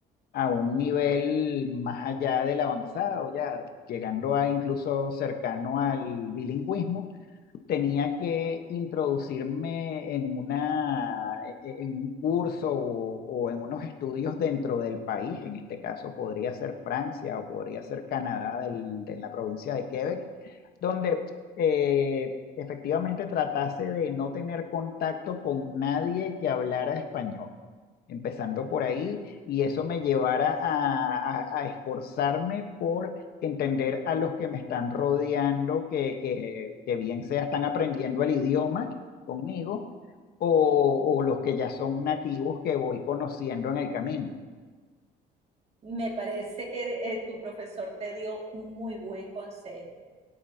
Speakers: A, on the left; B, on the right.
A: a un nivel más allá del avanzado, ya llegando a incluso cercano al bilingüismo, tenía que introducirme en una, e- e- en un curso o, o en unos estudios dentro del país. En este caso podría ser Francia o podría ser Canadá del- de la provincia de Quebec donde eh, efectivamente tratase de no tener contacto con nadie que hablara español, empezando por ahí, y eso me llevara a, a- a esforzarme por entender a los que me están rodeando, que, que- que bien sea están aprendiendo el idioma conmigo, o, o los que ya son nativos que voy conociendo en el camino.
B: Me parece que eh, tu profesor te dio un muy buen consejo.